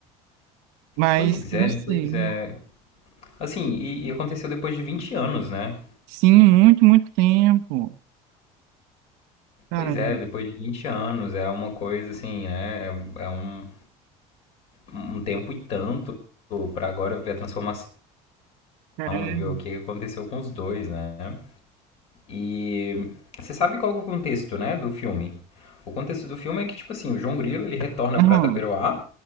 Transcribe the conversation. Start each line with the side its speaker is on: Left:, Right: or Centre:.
Right: Mas
Left: Pois
Right: não
Left: é,
Right: sei.
Left: pois é. Assim, e, e aconteceu depois de 20 anos, né?
Right: Sim, muito, muito tempo. Caramba,
Left: Pois é, depois de 20 anos, é uma coisa assim, né? É, é um, um tempo e tanto pra agora ver a transformação
Right: caramba.
Left: e ver o que aconteceu com os dois, né? E você sabe qual que é o contexto, né, do filme? O contexto do filme é que, tipo assim, o João Grilo, ele retorna
Right: Aham.
Left: pra Taperoá